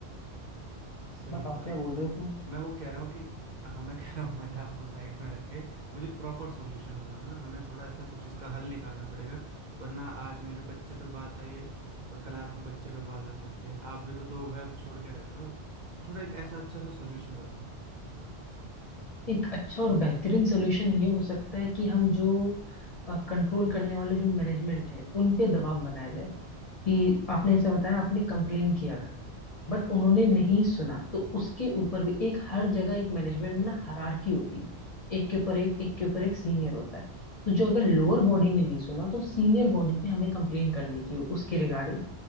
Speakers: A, on the right; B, on the left.
A: सही
B: बताओ
A: बात
B: क्या बोल रहे हो तुम
A: मैं वो कह रहा हूँ कि हाँ मैं <laughs> कह रहा हूँ मजाक को साइड में रख के मुझे प्रॉपर सॉल्यूशन बनाओ ना हमें थोड़ा ऐसा कुछ इसका हल निकालना पड़ेगा वरना आज मेरे बच्चे पे बात आई है और कल आपके बच्चे पे बात आ सकती है आप भी तो दो घर छोड़ के रहते हो तो थोड़ा एक ऐसा अच्छा सा सॉल्यूशन बताओ
B: एक अच्छा और बेहतरीन सोल्यूशन ये हो सकता है कि हम जो कंट्रोल करने वाले जो मैनेजमेंट है उन पे दबाव बनाया जाए कि आपने ऐसा बताया आपने कंप्लेन किया था बट उन्होंने नहीं सुना तो उसके ऊपर भी एक हर जगह एक मैनेजमेंट में ना हायरार्की होती है एक के ऊपर एक एक के ऊपर एक सीनियर होता है तो जो अगर लोअर बॉडी ने नहीं सुना तो सीनियर बॉडी पे हमें कंप्लेन करनी चाहिए उसके रिगार्डिंग